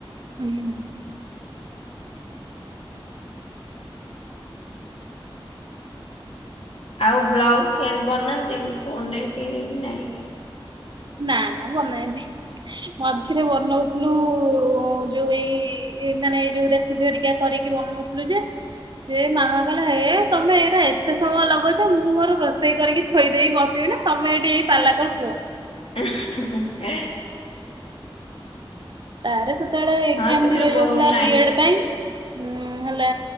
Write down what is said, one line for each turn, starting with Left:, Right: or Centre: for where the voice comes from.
Right: ହୁଁ
Left: ଆଉ ବ୍ଲାଉଜ୍ କେମିତି ବନାନ୍ତି କଣ ନାଇଁ କେଇଁ ନାଇଁ?
Right: ନାଁ ନାଁ ବନାଏନି। ମଝିରେ ବନଉଥୁଲୁ ଯୋଉ ଏଇ ଏମାନେ ଏଇ ଯୋଉ ରେସିପି ହେରିକା। କରିକି ବନଉଥିଲୁ ଯେ
Left: <inaudible>
Right: ସେ ମାମା କହିଲା ହେ ତମେ ଏରା ଏ ତେ ସମୟ ଲଗଉଛ ମୁଁ ମୋର ରୋଷେଇ କରିକି ଥୋଇ ଦେଇ ବସିବି ନା ତମେ ଏଇଠି ଏଇ ପାଲା କରୁଥୁବ।
Left: <unintelligible>
Right: ତାର ସେତେବେଳେ ଏକ୍ଜାମ୍
Left: ହଁ ସେଥିରେ
Right: ବି ରହିଯାଉଥିଲା
Left: ବହୁତ ଟାଇମ
Right: ବିଏଡ଼୍ ପାଇଁ। ହୁଁ ହେଲା